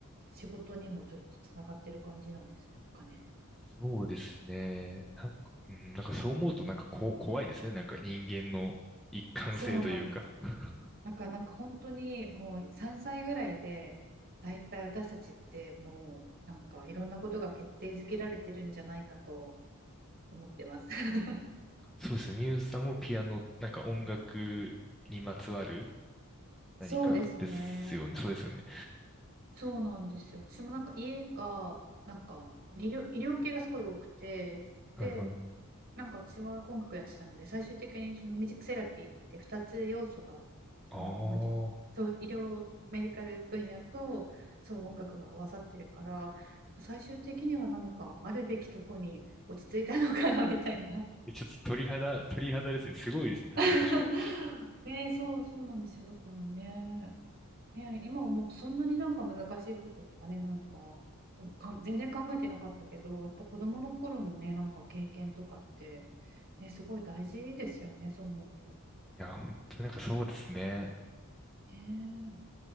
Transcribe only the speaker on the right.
仕事にもちょっとつながってる感じなんですかね。
そうなんですよ。
なんか、なんか本当にもう3歳ぐらいで、だいたい私たちってもう、なんかいろんなことが決定づけられてるんじゃないかと思ってます。<laughs>
そうですね。
そうなんですよ。私もなんか家が、なんか医療、医療系がすごい多くて、
で、なんか私は音楽やってたので、最終的にそのミュージックセラピーって2つ要素が、
あの、なんていうんですか、
そう、医療、メディカル分野と、そう、音楽が合わさってるから、最終的にはなんかあるべきとこに落ち着いたのかなみたいな。
<laughs>
ね、そう、そうなんですよ。だからね、ね、今思うとそんなになんか難しいこととかね、なんか、かん全然考えてなかったけど、やっぱ子供の頃のね、なんか経験とかって、ね、すごい大事ですよね、そう思うと。
ねえ